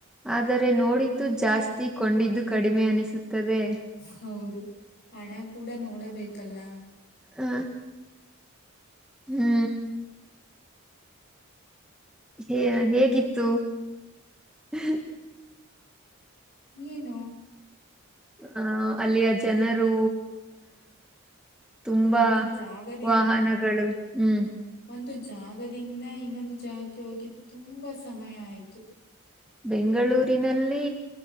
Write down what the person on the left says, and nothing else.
ಹೌದು ಹಣ ಕೂಡ ನೋಡಬೇಕಲ್ಲ.
ಏನು.
ಒಂದು ಜಾಗದಿಂ
ಒಂದು ಜಾಗದಿಂದ ಇನ್ನೊಂದು ಜಾಗಕ್ಕೆ ಹೋಗಿ ತುಂಬಾ ಸಮಯ ಆಯ್ತು